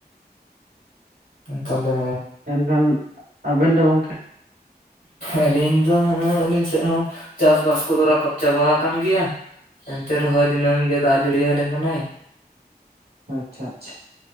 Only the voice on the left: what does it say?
ᱛᱟᱦᱞᱮ
ᱟᱹᱞᱤᱧ ᱫᱚ ᱦᱮᱸ ᱟᱹᱞᱤᱧ ᱥᱮᱫ ᱦᱚᱸ ᱪᱟᱥᱵᱟᱥ ᱠᱚᱫᱚ ᱨᱟᱠᱟᱵ ᱪᱟᱵᱟ ᱟᱠᱟᱱ ᱜᱮᱭᱟ ᱮᱱᱛᱮ ᱨᱮᱦᱚᱭ ᱫᱤᱱᱟᱹᱢ ᱜᱮ ᱫᱟᱜ ᱡᱟᱹᱲᱤ ᱟᱞᱮ ᱠᱟᱱᱟᱭ